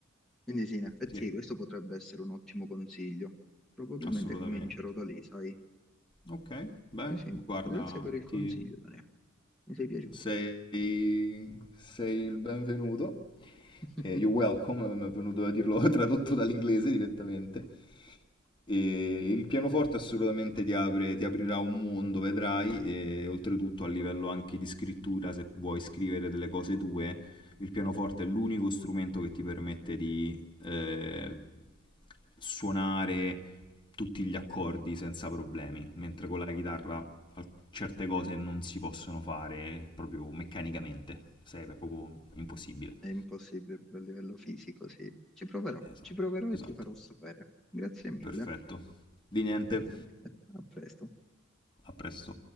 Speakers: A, in the centre; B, on the left.
A: Quindi sì, in effetti
B: sì,
A: questo potrebbe essere un ottimo consiglio. Probabilmente
B: assolutamente.
A: comincerò da lì, sai?
B: Ok, beh,
A: Sì, sì,
B: guarda,
A: grazie per il consiglio,
B: ti...
A: Daniele. Mi sei piaciuto.
B: Sei... sei il benvenuto.
A: <laughs>
B: eh, You're Welcome, eh, mi è venuto a dirlo <laughs> tradotto dall'inglese direttamente. E il pianoforte assolutamente ti apre, ti aprirà un mondo, vedrai, e oltretutto a livello anche di scrittura, se vuoi scrivere delle cose tue, il pianoforte è l'unico strumento che ti permette di eh, suonare tutti gli accordi senza problemi, mentre con la chitarra al- certe cose non si possono fare proprio meccanicamente, se è proprio impossibile.
A: È impossibile a livello fisico, sì. Ci proverò,
B: Esatto,
A: ci proverò e
B: esatto.
A: ti farò sapere. Grazie mille.
B: Perfetto. Di niente.
A: Grazie mille. A presto.
B: A presto.